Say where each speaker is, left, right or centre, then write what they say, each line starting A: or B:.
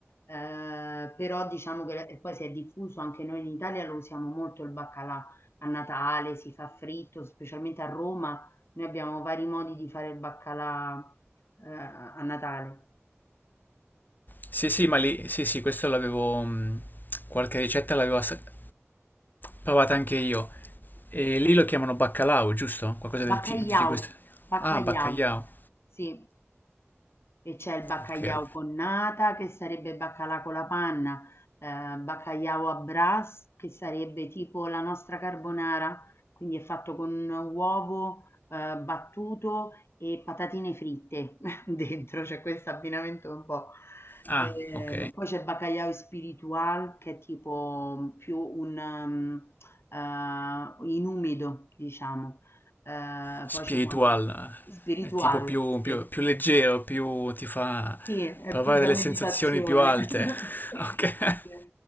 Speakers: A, on the left (about 60°); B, on the left (about 40°).
A: Eh, però diciamo che e poi si è diffuso anche noi in Italia lo usiamo molto il baccalà a Natale, si fa fritto, specialmente a Roma noi abbiamo vari modi di fare il baccalà, eh, a Natale.
B: Sì, sì, ma lì, sì, sì, questo l'avevo, mh, qualche ricetta l'avevo assaggiata, Provate anche io. E lì lo chiamano baccalao, giusto? Qualcosa del
A: Baccagliau,
B: ti- di questo.
A: baccagliau,
B: Ah, baccagliao.
A: sì. E c'è il baccaiau
B: Ok, ok.
A: con nata, che sarebbe baccalà con la panna, ehm, baccaiau à brace, che sarebbe tipo la nostra carbonara, quindi è fatto con uovo, ehm, battuto e patatine fritte <laughs> dentro, c'è questo abbinamento un po'.
B: Ah,
A: Eh,
B: ok.
A: poi c'è baccaiau spiritual, che è tipo più un, ehm, eh, in umido, diciamo. Eh,
B: Spiritual.
A: poi ci sono spiritual,
B: eh, È tipo più,
A: sì.
B: più- più leggero, più ti fa
A: Sì, è
B: provare
A: più da
B: delle
A: meditazione.
B: sensazioni più alte.
A: <laughs>
B: <laughs> Ok.
A: Sì.